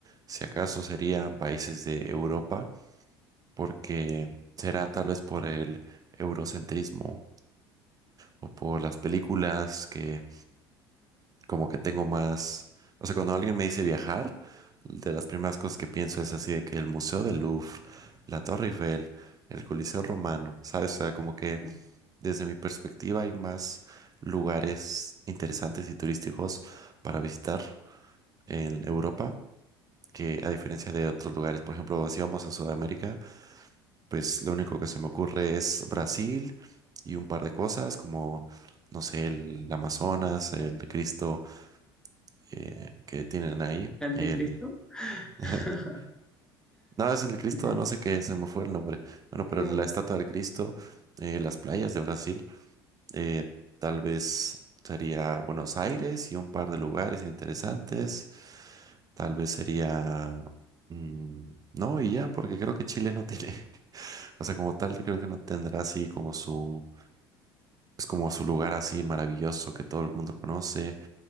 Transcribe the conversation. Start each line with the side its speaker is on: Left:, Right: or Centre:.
Right: si acaso serían países de Europa, porque será tal vez por el eurocentrismo o por las películas que como que tengo más, o sea, cuando alguien me dice viajar, de las primeras cosas que pienso es así de que el Museo del Louvre, la Torre Eiffel, el Coliseo Romano, ¿sabes? O sea, como que
Centre: ¿El
Right: desde mi perspectiva, hay más lugares interesantes y turísticos para visitar en Europa que a diferencia de otros lugares. Por ejemplo, si vamos a Sudamérica, pues lo único que se me ocurre es Brasil y un par de cosas como, no sé, el Amazonas, el Cristo eh, que tienen ahí,
Centre: anticristo?
Right: el... <laughs>
Centre: <laughs>
Right: No, es el Cristo,
Centre: Ajá.
Right: no sé qué, se me fue el nombre. Bueno,
Centre: Ujú,
Right: pero la estatua del Cristo, eh, las playas de Brasil. Eh, tal vez sería Buenos Aires y un par de lugares interesantes. Tal vez sería... mm, no, y ya, porque creo que Chile no tiene, <laughs> o sea, como tal, creo que no tendrá así como su, es como su lugar así maravilloso que todo el mundo conoce.